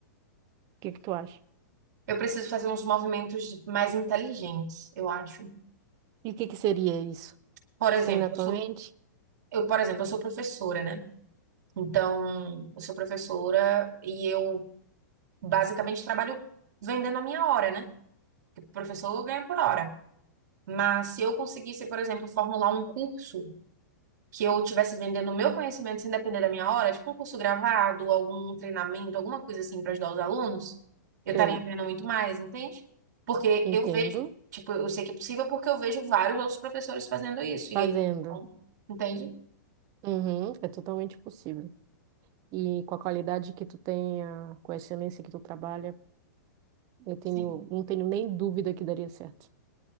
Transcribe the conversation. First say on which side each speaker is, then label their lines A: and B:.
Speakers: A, on the right; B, on the right.
A: que que tu acha?
B: Eu preciso fazer uns movimentos mais inteligentes, eu acho.
A: E o que que seria isso?
B: Por exemplo,
A: Tu tem na tua
B: eu sou,
A: mente?
B: eu, por exemplo, eu sou professora, né? Então, eu sou professora e eu basicamente trabalho vendendo a minha hora, né? Porque professor ganha por hora. Mas se eu conseguisse, por exemplo, formular um curso que eu estivesse vendendo o meu conhecimento sem depender da minha hora, tipo um curso gravado, algum treinamento, alguma coisa assim para ajudar os alunos, eu estaria
A: Sei.
B: vendo muito mais, entende? Porque
A: Entendo.
B: eu vejo, tipo, eu sei que é possível porque eu vejo vários outros professores fazendo isso e
A: Fazendo.
B: eles, não, entende?
A: Uhum, é totalmente possível. E com a qualidade que tu tenha, com a excelência que tu trabalha, eu tenho,
B: Sim.
A: não tenho nem dúvida que daria certo.